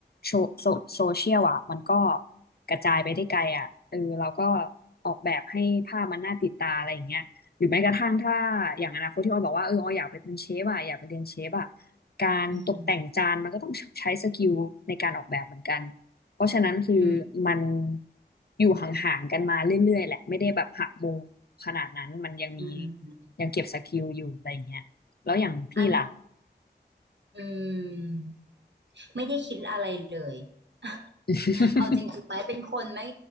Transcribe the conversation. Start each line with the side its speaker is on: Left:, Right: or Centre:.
Left: โซโซโซเชียลอ่ะมันก็กระจายไปได้ไกลอ่ะเออเราก็ออกแบบให้ภาพมันน่าติดตาอะไรอย่างเงี้ยหรือแม้กระทั่งถ้าอย่างอนาคตที่อ้อยบอกว่าเอออ้อยอยากไปเป็นเชฟอ่ะอยากไปเรียนเชฟอ่ะการตกแต่งจานมันก็ต้องใช้สกิลในการออกแบบเหมือนกัน
Right: อืม
Left: เพราะฉะนั้นคือ
Right: อืม
Left: มันอยู่ห่างๆกันมาเรื่อยๆแหละไม่ได้แบบหักมุมขนาดนั้นมันยังมี
Right: อืม
Left: ยังเก็บสกิลอยู่อะไรอย่างเงี้ยแล้วอย่างพี่ล่ะ
Right: อันนี้อืมไม่ได้คิดอะไรเลย <laughs>
Left: <laughs>
Right: เอาจริงสุดท้ายเป็นคนไม่